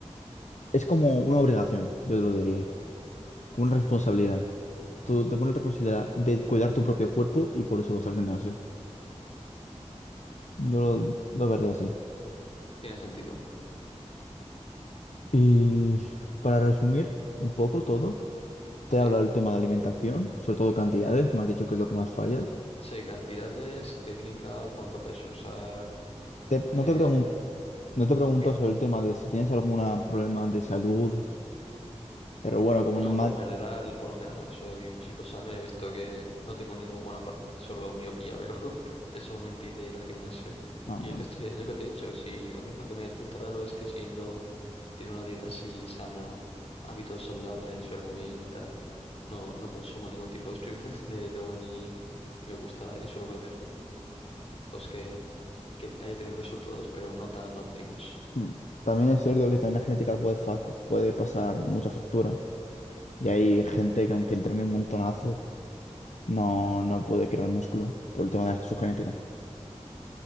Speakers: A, on the left; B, on the left.
A: Es como una obligación, yo lo diría, como una
B: Ujú,
A: responsabilidad. Tú te pones la responsabilidad de cuidar tu propio cuerpo y por eso vas al gimnasio. Yo lo, lo vería así.
B: Tiene sentido.
A: Y para resumir un poco todo,
B: Sí.
A: te he hablado del tema de alimentación, sobre todo cantidades, me has dicho que es lo que más fallas.
B: Sí, cantidades, técnica, cuánto peso usar.
A: Te-
B: Eh,
A: no te pregun- no te pregunto
B: dígame.
A: sobre el tema de si tienes algún problema de salud, pero bueno, como
B: No,
A: un man-
B: por lo general, por lo general, soy un chico sano y he visto que no tengo ninguna parte, solo miopía, pero <laughs> eso no me impide ir al gimnasio.
A: ah,
B: Y
A: bueno.
B: el resto, yo que te he dicho, si a mí lo que me resulta raro es que siguiendo, tiene una dieta así sana, hábitos saludables, duermo bien y tal, no, no consumo ningún tipo de, estru- <laughs> de droga ni me gusta ni suelo beber, pues que, que haya tenido resultados, pero no tan óptimos.
A: Hmm. También es cierto que también la genética puede, fac- puede pasar mucha factura. Y hay gente que aunque entrene un montonazo, No, no puede crear músculo por el tema de su genética.